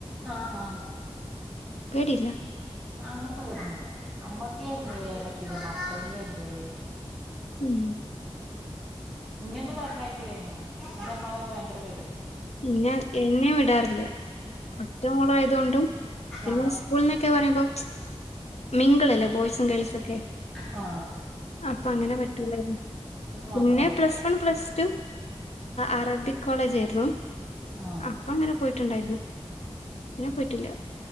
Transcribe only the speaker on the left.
പേടില്ല
ഉം
ഇന്നെ എന്നെം വിടാറില്ല ഒറ്റമോളായത് കൊണ്ടും പിന്നെ
സ്കൂളിന്നൊക്കെ പറയുമ്പം മിങ്കിളല്ലേ ബാേയ്സും ഗേൾസാെ
അപ്പൊ അങ്ങനെ പറ്റൂലായ്ര്ന്നു
പിന്നെ
പ്ലസ് വൺ പ്ലസ് ടു അറബി കോളേജേയ്ര്ന്നു
അപ്പ അങ്ങനെ പോയിട്ട്ണ്ടായ്ര്ന്നു പിന്നെ പോയിട്ടില്ല